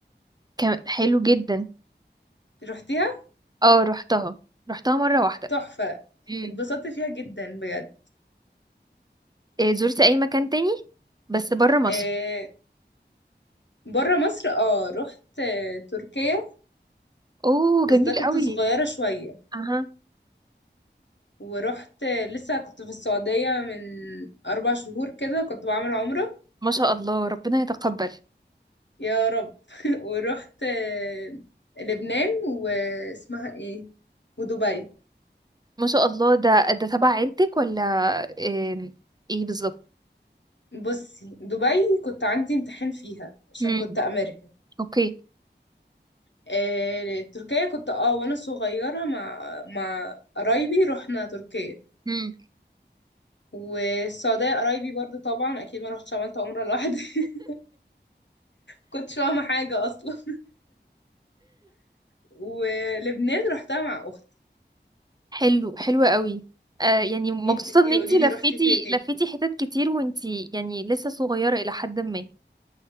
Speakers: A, on the right; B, on the left.
A: كم... حلو جدا
B: رحتيها
A: اه روحتها روحتها مرة واحدة
B: تحفه
A: امم
B: اتبسطت فيها جدا بجد
A: آه، زرتي اي مكان تاني بس برا مصر
B: آه بره مصر اه رحت آه، تركيا
A: اوه
B: بس
A: جميل
B: ده كنت
A: قوي
B: صغيره شويه
A: اها
B: ورحت لسه كنت في السعودية من أربع شهور كده كنت بعمل عمرة
A: ما شاء الله ربنا يتقبل
B: يا رب <laughs> ورحت آه، لبنان واسمها ايه ودبي
A: ما شاء الله ده ده تبع عيلتك ولا آم، ايه بالظبط
B: بصي دبي كنت عندي امتحان فيها عشان
A: امم
B: كنت امريكان
A: اوكي
B: آه، تركيا كنت اه وانا صغيرة مع مع قرايبي رحنا تركيا
A: امم
B: والسعودية قرايبي برضو طبعا اكيد ما رحتش عملت عمرة لوحدي <laughs> كنتش فاهمة حاجة اصلا ولبنان رحتها مع اختي
A: حلو حلو قوي آه يعني مبسوطة
B: انتي ايه
A: ان انتي
B: قولي لي
A: لفيتي
B: رحتي فين
A: لفيتي حتت كتير وانتي يعني لسه صغيرة الى حد ما